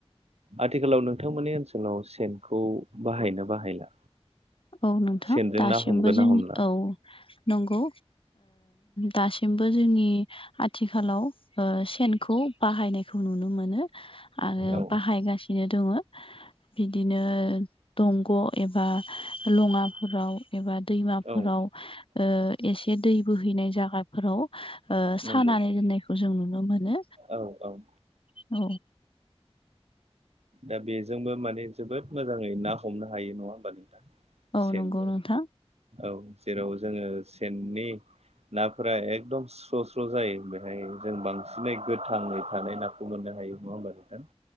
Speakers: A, on the right; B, on the left.
A: आथिखालाव नोंथांमोननि ओनसोलाव सेनखौ बाहायनो बाहायला
B: औ नोंथां
A: सेनजों
B: दासिमबो
A: ना हमगोन
B: जोंनि
A: ना हमला
B: औ नंगौ। दासिमबो जोंनि आथिखालाव सेनखौ बाहायनायखौ नुनो मोनो। आरो
A: औ
B: बाहायगासिनो दोङो बिदिनो दंग' एबा लङाफोराव। एबा दैमाफोराव
A: औ
B: एसे दै बोहैनाय जायागाफोराव सानानै
A: नंगौ
B: दोननायखौ जों नुनो मोनो।
A: औ औ।
B: औ।
A: दा बेजोंबो माने जोबोद मोजाङै ना हमनो हायो नङा होमबा नोंथां।
B: औ
A: सेन
B: नंगौ नोंथां
A: औ जेराव जोङो सेननि नाफोरा एकदम स्र' स्र' जायो बेहाय जों बांसिनै गोथाङै थानाय नाखौ मोननो हायो नङा होमबा नोंथां।